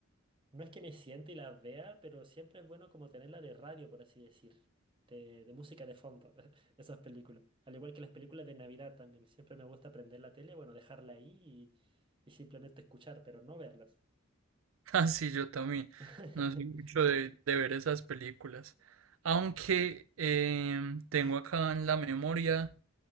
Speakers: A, on the right; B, on the right.
A: no es que me siente y las vea, pero siempre es bueno como tenerla de radio, por así decir, de, de música de fondo, <laughs> esas películas. Al igual que las películas de Navidad también, siempre me gusta prender la tele, bueno, dejarla ahí y, y simplemente escuchar, pero no verlas.
B: Ah, sí, yo también.
A: <laughs>
B: No soy mucho de, de ver esas películas. Aunque em, tengo acá en la memoria